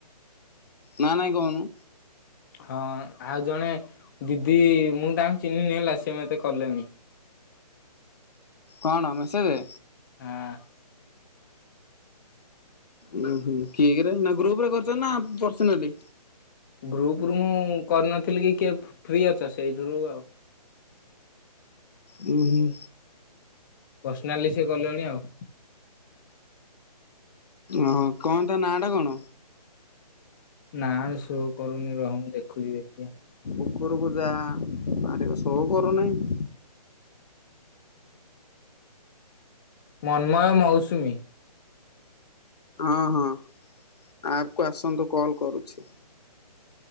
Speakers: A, on the left (about 70°); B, on the left (about 30°).
A: ନା ନାଇଁ କହୁନୁ?
B: ହଁ ଆଉ ଜଣେ ଦିଦି ମୁଁ ତାଙ୍କୁ ଚିହ୍ନିନି ହେଲା ସିଏ ମତେ କଲେଣି।
A: କଣ ମେସେଜ?
B: ହଁ
A: ଉଁ ହୁଁ କିଏ କିରେ ନା ଗ୍ରୁପରେ କରିଛ ନା ପର୍ସନାଲି?
B: ଗ୍ରୁପ ରୁ ମୁଁ କରିନଥିଲି କି କିଏ ଫ୍ରି ଅଛ ସେଇଥିରୁ ଆଉ।
A: ହୁଁ ହୁଁ
B: ପର୍ସନାଲି ସିଏ କଲେଣି ଆଉ।
A: ଅଁ କଣ ତା ନାଁ ଟା କଣ?
B: ନା ସୋ କରୁନି ରହ ମୁଁ ଦେଖୁଛି ଦେଖିବା।
A: ଉପରକୁ ଯା ମାରିବ ସୋ କରୁନାହିଁ।
B: ମନ୍ମୟ ମୌସୁମୀ।
A: ହଁ ହଁ ଆପକୁ ଆସନ୍ତୁ କଲ୍ କରୁଛି।